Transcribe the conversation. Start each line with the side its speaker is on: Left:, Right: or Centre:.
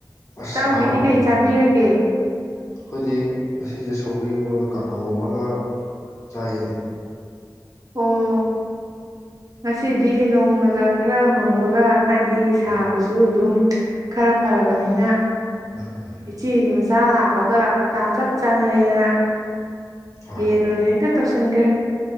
Left: ꯑꯁ
Right: ꯇꯥꯎꯒꯤꯗꯤ
Left: ꯑꯍꯥꯎꯕꯅꯤꯅꯦ
Right: ꯀꯩ ꯆꯥꯕꯤꯔꯒꯦ
Left: ꯑꯩꯈꯣꯏꯗꯤ ꯉꯁꯦ ꯁꯧꯒ꯭ꯔꯤ ꯑꯃꯒ ꯀꯥꯡꯒꯧ ꯑꯃꯒ ꯆꯥꯏꯌꯦ
Right: ꯑꯣ ꯉꯁꯤꯗꯤ ꯅꯣꯡꯃꯒ ꯈꯔ ꯃꯪꯕꯒ ꯍꯥꯏꯗꯤ ꯁꯥꯕꯁꯨ
Left: ꯎꯝ
Right: ꯑꯗꯨꯝ ꯈꯔ ꯐꯔꯕꯅꯤꯅ
Left: ꯎꯝ ꯎꯝ
Right: ꯏꯆꯤꯒꯤ ꯃꯁꯦ ꯆꯆꯥ ꯂꯥꯛꯄꯒ ꯇꯥꯟ ꯆꯞ ꯆꯥꯟꯅꯔꯦꯗꯅ
Left: ꯍꯣꯏ
Right: ꯌꯦ ꯅꯅꯦ ꯇꯧꯁꯤꯟꯈ꯭ꯔꯦ <inaudible>